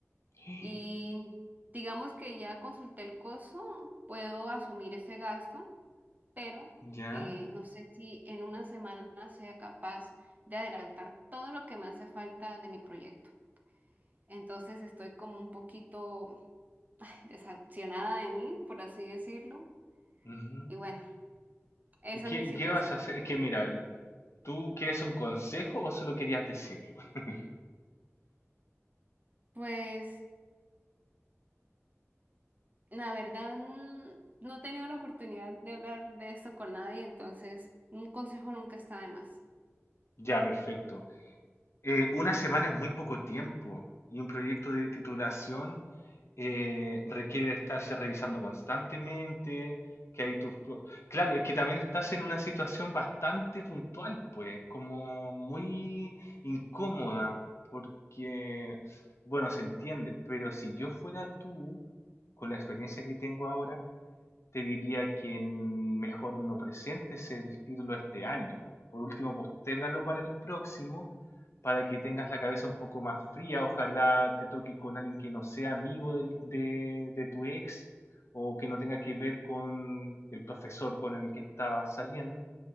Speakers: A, on the left (about 65°); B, on the right (about 35°).
A: <gasps>
B: Y digamos que ya consulté el costo, puedo asumir ese gasto, pero
A: ¿Ya?
B: eh, no sé si en una semana sea capaz de adelantar todo lo que me hace falta de mi proyecto. Entonces estoy como un poquito desaccionada de mí, por así decirlo.
A: ujú.
B: Y bueno, esa
A: ¿Y qué,
B: es mi situación.
A: qué vas a hacer? Es que mira, ¿tú quieres un consejo o solo querías decirlo? <laughs>
B: Pues la verdad mm, no he tenido la oportunidad de hablar de esto con nadie, entonces un consejo nunca está de más.
A: Ya, perfecto. Eh, una semana es muy poco tiempo y un proyecto de titulación eh, requiere de estarse revisando constantemente, que hay tus... pro- Claro, es que también estás en una situación bastante puntual, pues, como muy incómoda, porque, bueno, se entiende, pero si yo fuera tú, con la experiencia que tengo ahora, te diría que mm, mejor no presentes el título este año. Por último, postérgalo para el próximo, para que tengas la cabeza un poco más fría. Ojalá te toque con alguien que no sea amigo del- de, de tu ex o que no tenga que ver con el profesor con el que estabas saliendo.